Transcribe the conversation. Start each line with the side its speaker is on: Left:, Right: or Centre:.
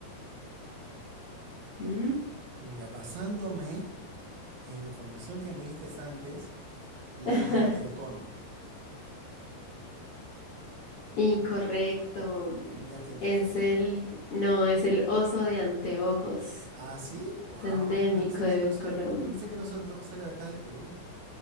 Left: ¿Mm?
Right: Mira, basándome en la información que me diste antes, yo
Left: <laughs>
Right: diría que el cóndor.
Left: Incorrecto.
Right: No me digas que el delfín.
Left: Es el, no, es el oso de anteojos.
Right: Ah, sí, wow.
Left: Es endémico
Right: Yo pensé
Left: de
Right: que el oso,
Left: Colombia.
Right: yo pensé que el oso de antojos era de acá de Perú.